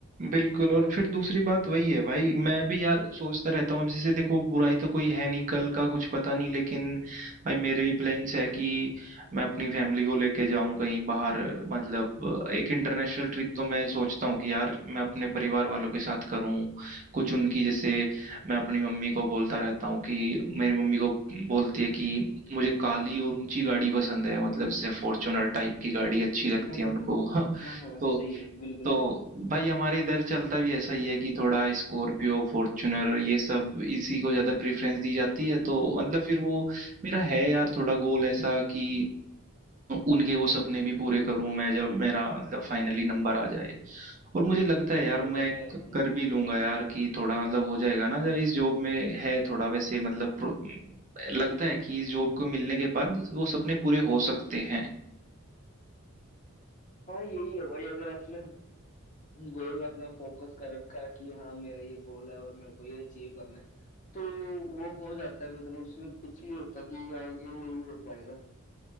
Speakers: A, on the right; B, on the left.
A: बिल्कुल और फिर दूसरी बात वही है भाई मैं भी यार सोचता रहता हूँ अब जैसे देखो बुराई तो कोई है नहीं कल का कुछ पता नहीं लेकिन भाई मेरे भी प्लान्स है कि मैं अपनी फैमिली को लेके जाऊं कहीं बाहर मतलब एक इंटरनेशनल ट्रिप तो मैं सोचता हूँ कि यार मैं अपने परिवार वालों के साथ करूँ कुछ उनकी जैसे मैं अपनी मम्मी को बोलता रहता हूँ कि मेरी मम्मी को बोलती है कि मुझे काली और ऊंची गाड़ी पसंद है मतलब जैसे फॉर्च्यूनर टाइप की गाड़ी अच्छी
B: अच्छा,
A: लगती
B: अच्छा।
A: है उनको <laughs>
B: <laughs> हाँ हाँ
A: तो
B: सही है बिल्कुल
A: तो
B: भाई
A: भाई हमारे इधर चलता भी ऐसा ही है कि थोड़ा स्कॉर्पियो फॉर्च्यूनर ये सब इसी को ज़्यादा प्रेफरेंस दी जाती
B: <laughs>
A: है तो मतलब फिर वो मेरा है यार थोड़ा गोल ऐसा कि उनके वो सपने भी पूरे करूं मैं जब मेरा मतलब फाइनली नंबर आ जाए और मुझे लगता है
B: हाँ,
A: यार
B: नहीं बढ़िया
A: मैं
B: है
A: क-
B: भाई
A: कर भी लूंगा यार कि थोड़ा मतलब हो जाएगा ना जरा इस जॉब में है थोड़ा वैसे मतलब प्रो- लगता है कि इस जॉब को मिलने के बाद वो सपने पूरे हो सकते हैं
B: हाँ यही है भाई अगर अपने गोल अपना फोकस कर रखा है कि हाँ मेरा ये गोल है और मेरे को ये अचीव करना है तो वो हो जाता है मतलब उसमें कुछ नहीं होता कि हाँ ये नहीं हो पाएगा